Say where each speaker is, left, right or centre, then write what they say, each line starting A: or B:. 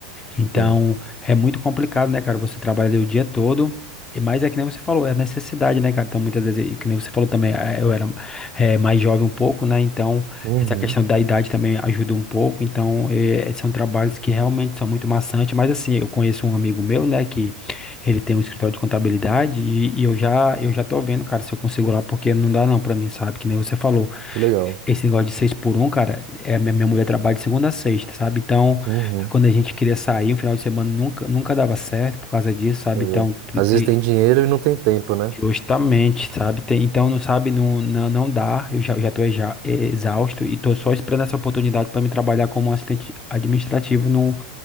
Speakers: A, on the left; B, on the right.
A: Então,
B: sim.
A: é muito complicado, né, cara? Você trabalha o dia todo. E mais é que nem você falou, é necessidade, né, cara? Então, muitas vezes, e que nem você falou também, eh, eu era eh, mais jovem um pouco, né? Então,
B: Uhum,
A: essa questão da idade também ajuda um pouco. Então, eh, são trabalhos que realmente são muito maçantes. Mas, assim, eu conheço um amigo meu, né, que ele tem um escritório de contabilidade e, e eu já, eu já tô vendo, cara, se eu consigo lá, porque não dá não pra mim, sabe? Que nem você falou.
B: que legal.
A: Esse negócio de seis por um, cara, é, minha minha mulher trabalha de segunda a sexta, sabe? Então,
B: Uhum,
A: quando a gente queria sair, um final de semana nunca, nunca dava certo por causa disso, sabe?
B: pois
A: Então,
B: é.
A: te-
B: Às
A: te-
B: vezes tem dinheiro e não tem tempo, né?
A: justamente, sabe? Tem- então, não sabe, não, não, não dá. Eu já, já tô exa- exausto e tô só esperando essa oportunidade para me trabalhar como assistente administrativo no,